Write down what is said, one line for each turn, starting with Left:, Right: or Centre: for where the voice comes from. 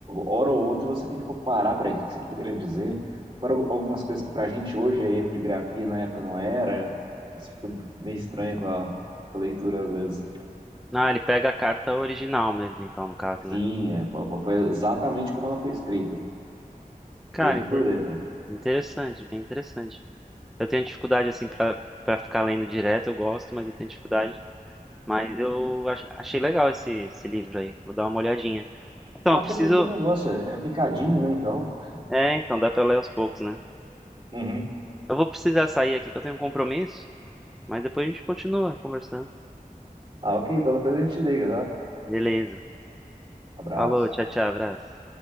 Right: Hora ou outra você tem que parar, peraí, o que isso aqui está querendo dizer? Para algumas coisas que para a gente hoje é erro de grafia, na época não era. Então, Você fica meio estranho com a, com a leitura às vezes.
Centre: Ah, ele pega a carta original mesmo, então, no caso,
Right: Sim,
Centre: né?
Right: é, fo- fo- foi exatamente como ela foi escrita,
Centre: Cara,
Right: letra
Centre: inte-
Right: por letra.
Centre: interessante, bem interessante. Eu tenho dificuldade assim pra para ficar lendo direto, eu gosto, mas eu tenho dificuldade. Mas eu ach- achei legal esse, esse livro aí. Vou dar uma olhadinha. Então,
Right: Até
Centre: eu preciso.
Right: porque o negócio é é picadinho, né? Então.
Centre: É, então, dá pra ler aos poucos, né?
Right: Uhum.
Centre: Eu vou precisar sair aqui que eu tenho um compromisso, mas depois a gente continua conversando.
Right: Ah, ok, então depois a gente liga, tá?
Centre: Beleza.
Right: Abraço.
Centre: Falou, tchau, tchau, abraço.